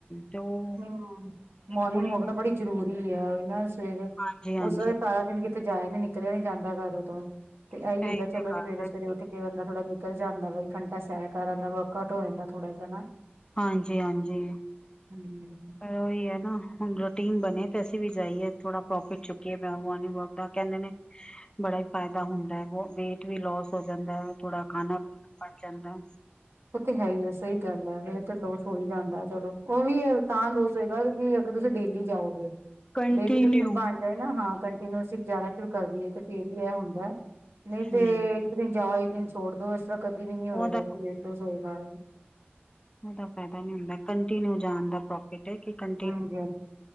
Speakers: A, on the left (about 20°); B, on the right (about 75°).
A: ਤੇ ਉਹ
B: ਹੂੰ ਮੋਰਨਿੰਗ
A: ਕੁੜੀ
B: ਵੋਕ ਨਾ ਬੜੀ ਜ਼ਰੂਰੀ ਐ। ਏਨਾਂ ਸਵੇਰੇ
A: ਹਾਂਜੀ ਹਾਂਜੀ
B: ਉਸ- ਸਾਰਾ ਦਿਨ ਕਿਤੇੇ ਜਾਇਆ ਨੀ ਨਿਕਲਿਆ ਨੀ ਜਾਂਦਾ ਘਰ ਓ ਤੋਂ। ਤੇ
A: ਇਹੀ
B: ਆਈ ਹੈਗਾ
A: ਤੇ
B: ਚਲੋ ਸਵੇਰੇ
A: ਗੱਲ
B: -ਸਵੇਰੇ
A: ਹੈ
B: ਉਠ ਕੇ- ਬੰਦਾ ਥੋੜਾ ਨਿਕਲ ਜਾਂਦਾ ਬ‌ਈ ਘੰਟਾ ਸੈਰ ਕਰ ਆਂਦਾ। ਵਰਕਆਊਟ ਓ ਜਾਂਦਾ ਥੋੜਾ ਜਾ ਨਾ।
A: ਹਾਂਜੀ ਹਾਂਜੀ
B: ਹੂੰ।
A: ਪਰ ਓਈ ਐ ਨਾ ਹੁਣ ਰੂਟੀਨ ਬਣੇ ਤੇ ਅਸੀਂ ਵੀ ਜਾਈਏ, ਥੋੜਾ ਪ੍ਰੋਫਿਟ ਚੁੱਕੀਏ ਮੋਰਨਿੰਗ ਵਾਕ ਦਾ। ਕੇਂਦੇ ਨੇ- ਬੜਾ ਈ ਫੈਦਾ ਹੁੰਦਾ ਐ ਵੇਟ ਵੀ ਲੋਸ ਹੋ ਜਾਂਦਾ ਐ। ਥੋੜਾ ਖਾਣਾ ਪਚ ਜਾਂਦਾ।
B: ਓ ਤੇ ਹੈ ਈ ਐ ਸਹੀ ਗੱਲ ਐ ਵੇਟ ਤੇ ਲੋਸ ਹੋ ਈ ਜਾਂਦਾ। ਚਲੋ ਓ ਵੀ ਤਾਂ ਲੋਸ਼ ਹੋਏਗਾ ਕੀ- ਅਗਰ ਤੁਸੀਂ ਡੇਲੀ ਜਾਓਗੇ।
A: ਕੰਟੀਨਿਊ
B: ਡੇਲੀ ਰੂਟੀਨ ਬਣ ਜਾਏ ਨਾ ਹਾਂ ਕੰਟਨਿਊ ਅਸੀਂ ਜਾਣਾ ਸ਼ੁਰੂ - ਕਰੀਏ ਤੇ ਫੇਰ ਈ ਐ ਹੁੰਦਾ। ਨਹੀਂ ਤੇ
A: ਹਮ
B: ਇੱਕ ਦਿਨ ਜਾਓ ਇੱਕ ਦਿਨ ਛੋੜ ਦੋ ਏਸ ਰ੍ਹਾਂ- ਕਭੀ ਨੀ ਹੋਏਗਾ
A: ਉਹਦਾ
B: ਕਿ ਵੇਟ ਲੋਸ ਹੋਏਗਾ।
A: ਓਦਾ ਫੈਦਾ ਨੀ ਹੁੰਦਾ ਕੰਟੀਨਿਊ ਜਾਣ ਦਾ ਪ੍ਰੋਪ- <unintelligible>
B: ਹਾਂਜੀ-